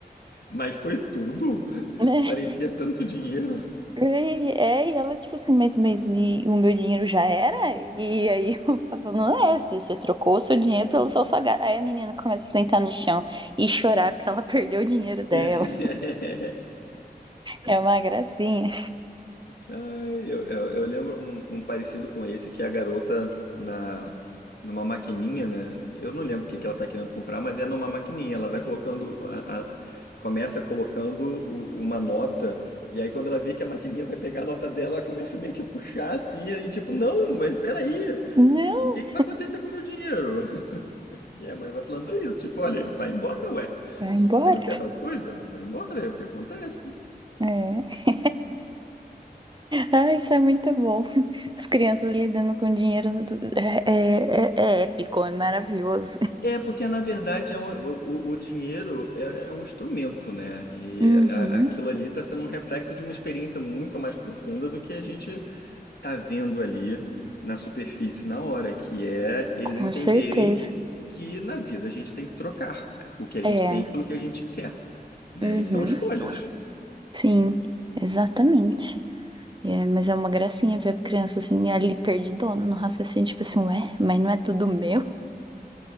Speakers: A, on the left; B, on the right.
A: mas foi tudo? <laughs>
B: <laughs>
A: Parecia tanto dinheiro.
B: E, é, e ela, tipo assim, mas, mas e o meu dinheiro já era? E aí <laughs> o papai falando, é, você, você trocou o seu dinheiro pelo seu sagrado. Aí a menina começa a sentar no chão e chorar porque ela <laughs> perdeu o dinheiro dela.
A: <laughs>
B: É uma gracinha.
A: Ai, eu, eu, eu lembro um, um parecido com esse que é a garota na numa maquininha, né? Eu não lembro o que que ela tá querendo comprar, mas é numa maquininha. Ela vai colocando a- a- começa colocando o- uma nota e aí quando ela vê que a maquininha vai pegar a nota dela, ela começa meio que a puxar assim, aí tipo, não, mas peraí,
B: Não,
A: o que que vai acontecer com o meu dinheiro? <laughs> E a mãe vai falando isso, tipo, olha, vai embora, ué.
B: vai embora.
A: Você não quer tal coisa? Vai embora, é o que acontece.
B: É. Ah, isso é muito bom. As crianças lidando com dinheiro do- é, é, é- é épico, é maravilhoso.
A: É, porque na verdade é um- o, o- o dinheiro é, é um instrumento, né? E
B: Uhum,
A: a- aquilo ali está sendo um reflexo de uma experiência muito mais profunda do que a gente tá vendo ali na superfície na hora, que é eles
B: com
A: entenderem
B: certeza.
A: que na vida a gente tem que trocar o que a gente
B: É,
A: tem pelo que a gente quer, né?
B: uhum,
A: E são escolhas,
B: sim, exatamente. E é- mas é uma gracinha ver a criança assim, ali perdidona no raciocínio, tipo assim, ué, mas não é tudo meu?